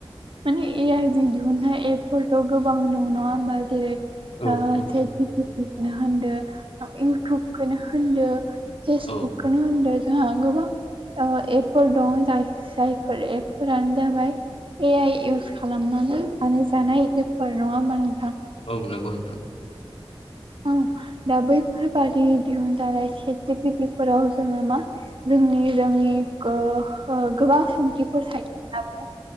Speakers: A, on the right; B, on the left.
A: माने ए आइ जों दिहुननाय एपफोरथ' गोबां दं नङा होमबा जेरै ओ
B: औ औ
A: सेट जि पि टि खौनो होनदो इउटुबखौनो होनदो फेसबुकखौनो
B: औ
A: होनदो जोंहा गोबां ओ एपफोर दं जाय जायफोर एपफोरानो जाबाय। ए आइ इउस खालामनानै माने जानाय एफोर नङा होमबा नोंथां।
B: औ नगौ नोंथां।
A: औ दा बैफोरबादि दिहुनजानाय सेट जि पि टि फोराव जोङो मा जोंनि जोंनि गो ओ गोबां सोंथिफोर थायोब्लाबो